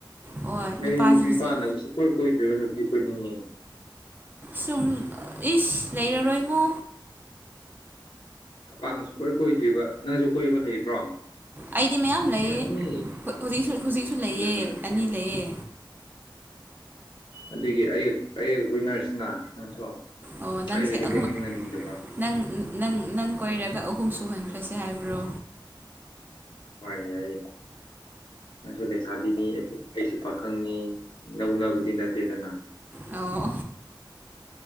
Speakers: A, on the right (about 25°); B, on the left (about 75°).
A: ꯍꯣꯏ
B: ꯑꯩ
A: ꯅꯨꯄꯥꯁꯤ
B: ꯅꯨꯄꯥꯅ
A: ꯍꯧꯖꯤꯛ
B: ꯁꯨꯡꯀꯣꯏ ꯀꯣꯏꯗ꯭ꯔꯤꯕ ꯅꯨꯄꯤ ꯀꯣꯏꯅꯤꯡꯉꯤ꯫
A: ꯁꯨꯝ ꯏꯁ ꯂꯩꯔꯔꯣꯏꯉꯣ꯫
B: ꯅꯨꯄꯥꯅ ꯁꯨꯡꯀꯣꯏ ꯀꯣꯏꯗ꯭꯭ꯔꯤꯕ ꯅꯪꯁꯨ ꯀꯣꯏꯕ ꯂꯩꯕ꯭ꯔꯣ꯫
A: ꯑꯩꯗꯤ ꯃꯌꯥꯝ ꯂꯩꯌꯦ
B: ꯂꯩꯔꯝꯒꯅꯤ
A: ꯍꯧꯖꯤꯛꯁꯨ ꯍꯧꯖꯤꯛꯁꯨ ꯂꯩꯌꯦ
B: ꯑꯗꯨꯅꯦꯕ
A: ꯑꯅꯤ ꯂꯩꯌꯦ꯫
B: ꯑꯗꯨꯒꯤ ꯑꯩ ꯑꯩꯒ ꯀꯣꯏꯅꯔꯤꯁꯤꯅ ꯅꯪꯁꯨ
A: ꯑꯣ ꯅꯪꯁꯦ
B: ꯑꯩꯕꯨꯗꯤ
A: ꯑꯍꯨꯝ
B: ꯀꯣꯏꯅꯤꯡꯂꯅꯤꯡꯗꯕ꯫
A: ꯅꯪ ꯅꯪ ꯅꯪ ꯀꯣꯏꯔꯒ ꯑꯍꯨꯝ ꯁꯨꯍꯟꯈ꯭ꯔꯁꯦ ꯍꯥꯏꯕ꯭ꯔꯣ
B: ꯍꯣꯏ ꯌꯥꯏꯌꯦ ꯅꯪꯁꯨ ꯂꯩꯁꯥꯕꯤꯅꯤ ꯑꯩꯁꯨ ꯑꯩꯁꯨ ꯄꯥꯈꯪꯅꯤ ꯂꯧꯅꯕꯗꯤ ꯅꯠꯇꯦꯗꯅ
A: ꯑꯩ ꯑꯣ